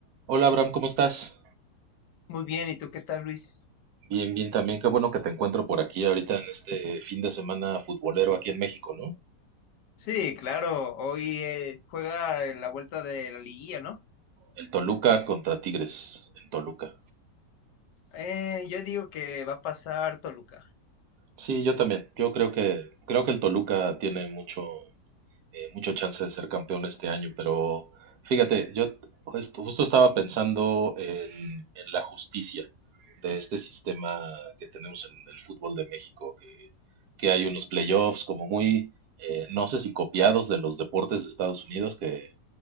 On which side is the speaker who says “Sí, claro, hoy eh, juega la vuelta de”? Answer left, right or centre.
Left